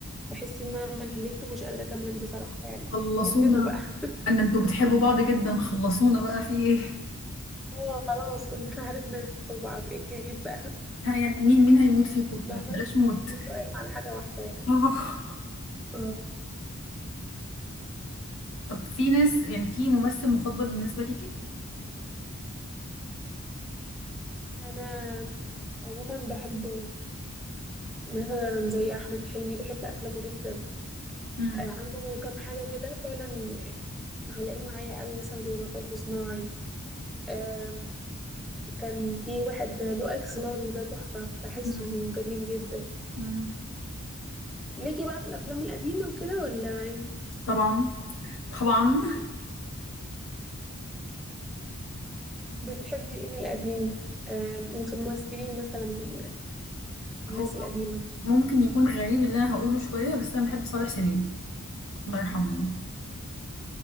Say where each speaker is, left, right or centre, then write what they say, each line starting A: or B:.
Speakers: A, in the centre; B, on the left (about 60°).
A: بحس ان انا مليته مش قادره اكمل بصراحه يعني
B: خلصونا
A: جددوا بقى <laughs>
B: ان انتوا بتحبوا بعض جدا خلصونا بقى في ايه
A: اه خلاص كلنا عرفنا ندخل بعض ايه الجديد بقى
B: ها يعني مين مين هيموت فيكم
A: بحس
B: طيب بلاش موت
A: إنه قايم على حاجه واحده يعني
B: آه.
A: آه.
B: طب في ناس يعني في ممثل مفضل بالنسبة ليكي
A: انا عموما بحب مثلا زي احمد حلمي بحب افلامه جدا
B: مم.
A: آه، عنده كام حاجه كده فعلا معلقين معايا قوي مثلا زي مطب صناعي آم، كان في واحد له اكس لارج ده تحفة بحس
B: مم.
A: انه جميل جدا
B: مم.
A: ليكي بقى في الافلام القديمة وكده ولا إيه؟
B: طبعا طبعا
A: بتحبي ايه من القديم آم، ممثلين مثلا من الناس
B: هو
A: القديمة
B: ممكن يكون غريب اللي انا هقوله شوية بس انا بحب صالح سليم الله يرحمه يعني